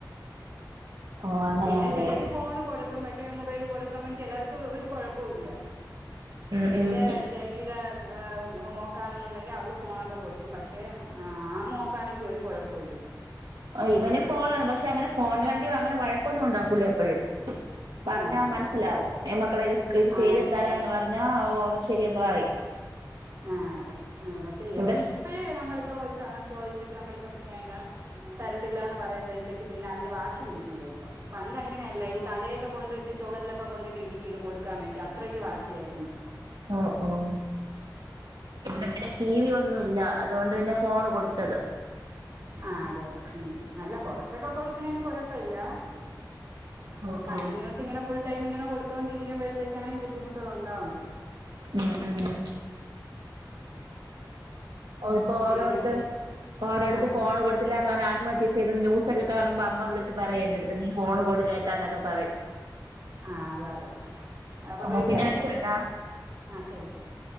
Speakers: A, on the right; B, on the right.
A: ഓ അങ്ങനെയാണല്ലേ
B: പിന്നെ ചെലര് ഫോണ് കൊടുക്കും, പക്ഷേ മൊബൈല് കൊടുക്കമ്പം ചെലർക്ക് ഒരു കൊഴപ്പോല്ല.
A: ഉം
B: എന്റെ
A: ഉം
B: ചേച്ചീടെ മ് ഏഹ് മോക്കാണെന്നുണ്ടെങ്കിൽ അവള് ഫോണൊക്കെ കൊടുക്കും, പക്ഷേ ആ മോക്കാണെങ്കിൽ ഒരു കൊഴപ്പോല്ല.
A: ഒ ഇവനും ഫോണ് വേണം പക്ഷേ അങ്ങനെ ഫോണിന് വേണ്ടി അങ്ങനെ വഴക്കൊന്നും ഒണ്ടാക്കൂല എപ്പഴും. പറഞ്ഞാ
B: ആഹ്
A: മനസ്സിലാവും, മക്കളെ ഇത് ഇത് ചെയ്തെടുത്താലാന്ന്
B: ആഹ്
A: പറഞ്ഞാ ഓ അത് ശെരിയാന്ന് പറയും.
B: ആഹ് അതെ ഏ പക്ഷേ യവന്
A: ഇവിടെ
B: ഇപ്പഴേ നമ്മളിപ്പ ഒ ഒരു സാധനം ചോദിച്ചിട്ട് നമ്മളിപ്പം വേണ്ട തരത്തില്ലാന്ന് പറയ്മ്പഴ്ത്തേക്ക് പിന്നെ അതിന് വാശി പിടിക്കൂല ഇപ്പം, പണ്ട് അങ്ങനെയല്ല ഈ തലയൊക്കെ കൊണ്ട്ട്ട് ചൊവരിലൊക്കെ കൊണ്ടിട്ട് ഇടിക്കും ഇത് കൊടുക്കാൻ വേണ്ടി അത്രക്ക് വാശിയായിരുന്നു.
A: ഓ ഓഹ് പിന്നെ പിന്നെ ഈ ടി വി ഒന്നുല്ല, അതുകൊണ്ട് പിന്നെ ഫോണ് കൊടുത്തത്.
B: ആഹ് അതെ അതെ മ് അല്ല കൊറച്ചൊക്കെ കൊടുക്കണേന് കൊഴപ്പ ഇല്ല.
A: ഓഹ്
B: കണ്ടിന്യൂസ്
A: ഓഹ്
B: ഇങ്ങനെ ഫുൾ ടൈം ഇങ്ങനെ കൊടുത്തോണ്ടിരിക്കുമ്പഴത്തേ ക്കാണ് ഈ ബുദ്ധിമുട്ടുകള് ഒണ്ടാവുന്നത്.
A: ഉം ഉം ഓഹ് ഇപ്പൊ
B: പിന്നെ
A: ഓരോടുത്ത് ഓരോടുത്ത്
B: ആ
A: ഫോണ് കൊടുത്തില്ലന്ന് പറന്ന് ആത്മഹത്യ ചെയ്ത് ന്യൂസക്കെ കാണുമ്പ അമ്മ വിളിച്ച് പറയെ എന്റെടുത്ത് നീ ഫോൺ കോട് കേട്ടന്നക്ക പറയും
B: ആഹ് അത അത അപ്പ
A: എന്നാ
B: വിളിക്കാവേ
A: പിന്നെ വെച്ചോട്ടാ.
B: ആഹ് ശരി ശരി